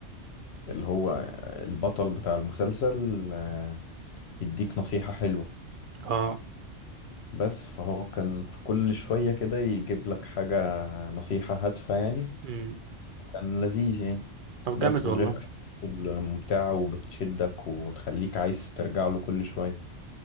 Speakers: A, on the left; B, on the right.
A: اللي هو البطل بتاع المسلسل آه، يديك نصيحة حلوة
B: اه
A: بس فهو كان في كل شوية كده يجيب لك حاجة نصيحة هادفة يعني
B: امم
A: كان لذيذ يعني
B: طب
A: بس
B: جامد
A: وغير
B: والله
A: أحداثه ممتعة وبتشدك وتخليك عايز ترجع له كل شوية